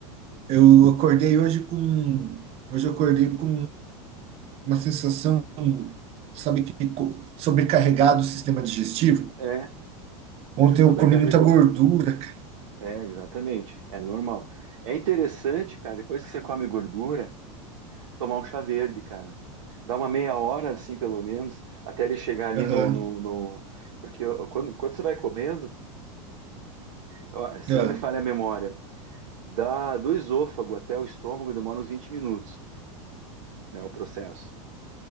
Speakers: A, on the right; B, on the right.
A: Eu acordei hoje com, hoje eu acordei com uma sensação, sabe que co- sobrecarregado o sistema digestivo.
B: É,
A: Ontem
B: você sobrecarregou.
A: eu comi muita gordura, cara.
B: É, exatamente. É normal. É interessante, cara, depois que você come gordura, tomar um chá verde, cara. Dá uma meia hora, assim, pelo menos, até ele chegar ali
A: Aham,
B: no. no, no- Porque eu- quando, quando você vai comendo, eu- se
A: ah,
B: não me falha a memória, dá do esôfago até o estômago demora uns 20 minutos, né, o processo.